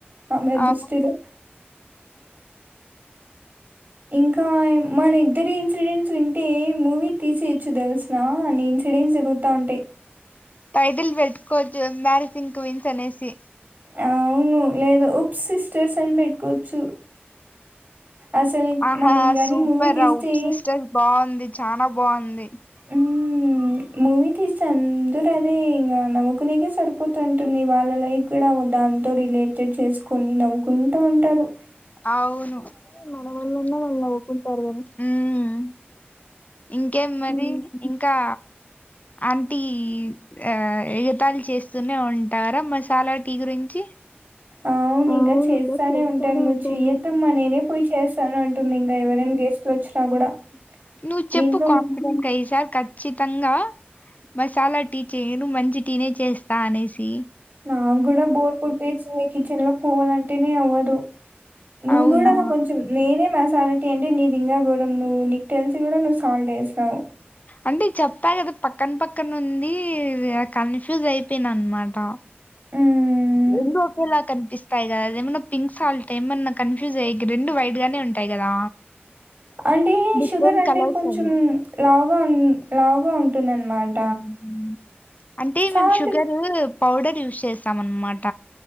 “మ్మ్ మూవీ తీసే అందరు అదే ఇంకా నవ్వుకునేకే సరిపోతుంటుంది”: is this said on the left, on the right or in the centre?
Right